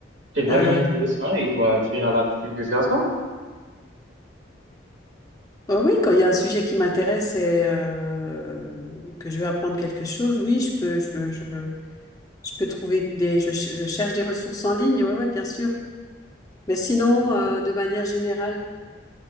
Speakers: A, on the right; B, on the left.
A: C'est vraiment
B: Euh,
A: intéressant. Et toi, tu as l'habitude de faire ça?
B: oh oui, quand il y a un sujet qui m'intéresse et euh, que je veux apprendre quelque chose, oui, je peux je je je peux trouver des je, ch- je cherche des ressources en ligne. Ouais, ouais, bien sûr. Mais sinon, euh, de manière générale,